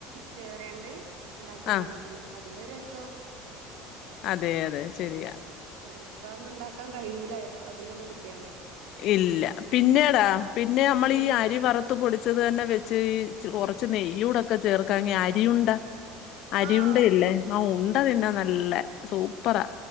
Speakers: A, on the right; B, on the left.
A: ചേറ്യാണ്ട് ക്കി
B: ആ
A: തന്നേ അന്ന് അതിന്റെ രസോ
B: അതെ അതെ ശെരിയാ
A: ഇപ്പ അഒന്നുണ്ടാക്കാൻ കയ്യൂല അതിലൊന്നും കിട്ടിയാണ്ട്
B: ഇല്ല പിന്നേടാ പിന്നെ അമ്മളീ
A: ഉം
B: ഈ അരി വറ്ത്ത് പൊടി ച്ചതെന്നെ വെച്ച് ഈ ച് കൊറച്ച് നെയ്യൂടൊക്കെ ചേർക്കാണെങ്കി അരിയുണ്ടാ അരിയുണ്ടയില്ലേ
A: ആഹ്
B: ആ ഉണ്ട തിന്നാ നല്ല സൂപ്പറാ